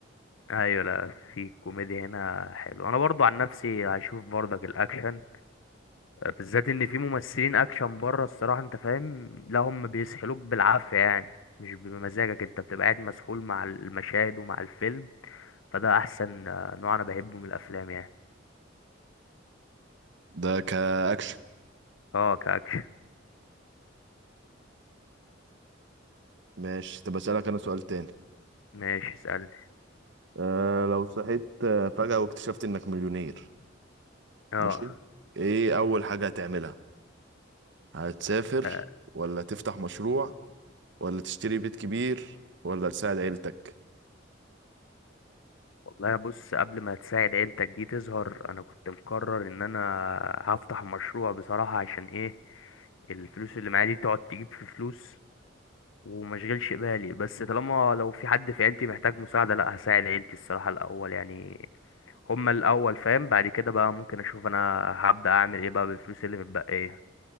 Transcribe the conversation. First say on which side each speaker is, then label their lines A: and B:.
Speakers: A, on the left; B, on the right.
A: ايوه لا في كوميديا هنا حلو انا برضو عن نفسي هشوف برضك الاكشن بالذات ان في ممثلين اكشن بره الصراحه انت فاهم لا هم بيسحلوك بالعافيه يعني مش بمزاجك انت بتبقى قاعد مسحول مع المشاهد ومع الفيلم فده احسن آه، نوع انا بحبه من الافلام يعني
B: ده كأكشن
A: اه كاكشن
B: ماشي طب أسألك أنا سؤال تاني
A: ماشي اسالني
B: أه لو صحيت آه، فجأة واكتشفت إنك مليونير
A: اه
B: ماشي ايه اول حاجة هتعملها هتسافر
A: آه.
B: ولا تفتح مشروع ولا تشتري بيت كبير ولا تساعد عيلتك
A: والله بص قبل ما تساعد عيلتك دي تظهر انا كنت مقرر ان انا هفتح مشروع بصراحة عشان ايه الفلوس اللي معايا دي تقعد تجيب في فلوس ومشغلش بالي بس طالما لو في حد في عيلتي محتاج مساعدة لا هساعد عيلتي الصراحة الاول يعني هما الاول فاهم بعد كده بقى ممكن اشوف انا هبدأ اعمل ايه بقى بالفلوس اللي متبقية